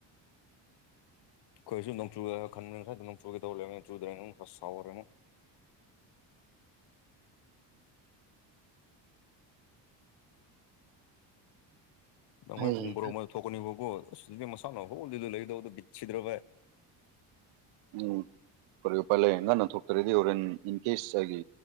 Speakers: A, on the left; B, on the right.
A: ꯀꯣꯏꯁꯨ ꯅꯪ ꯆ ꯈꯟꯕ ꯅꯪ ꯆꯒ ꯇꯧꯔ ꯆꯗꯦ ꯐ ꯁꯥꯎꯔꯦ ꯅꯪꯣꯏ
B: ꯎꯝ
A: ꯐꯨꯡꯕ꯭ꯔꯣ ꯃ ꯊꯣꯅꯤꯕꯣ ꯃꯁꯥꯅꯣ ꯍ ꯂ ꯂꯣꯏꯗꯗꯨ ꯕꯤꯁꯤꯗ꯭ꯔꯣꯚꯥꯏ
B: ꯎꯝ ꯀꯔꯤ ꯎꯄꯥ ꯂꯌꯦꯟ ꯉꯟꯅ ꯊꯣꯛꯇꯔꯗꯤ ꯑꯣꯔ ꯏꯟ ꯏꯟ ꯀꯦꯁ ꯑꯩꯒꯤ